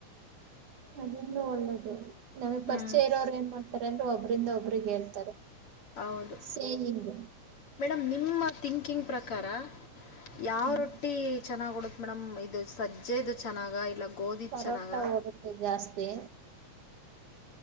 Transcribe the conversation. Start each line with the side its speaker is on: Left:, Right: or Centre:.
Right: ಅದನ್ನು ಒಳ್ಳೇದು ನಮಗ್
Left: ಹ್ಞೂ
Right: ಪರಿಚಯ ಇರೋರು ಏನ್ ಮಾಡ್ತಾರೆ ಅಂದ್ರರು ಒಬ್ಬ್ರಂದ ಒಬ್ರಿಗೆ ಹೇಳ್ತಾರೆ
Left: ಹೌದು
Right: ಸೇವಿಂಗ್
Left: ಮೇಡಮ್ ನಿಮ್ಮ ಥಿಂಕಿಂಗ್ ಪ್ರಕಾರ ಯಾವ
Right: ಹ್ಮ್
Left: ರೊಟ್ಟಿ ಚೆನ್ನಾಗ್ ಉಡುತ್ತ ಮೇಡಮ್ ಇದು ಸಜ್ಜೆದು ಚೆನ್ನಾಗ ಇಲ್ಲ ಗೋಧಿದು
Right: ಪರೋಟ
Left: ಚೆನ್ನಾಗ
Right: ಓಡುತ್ತೆ ಜಾಸ್ತಿ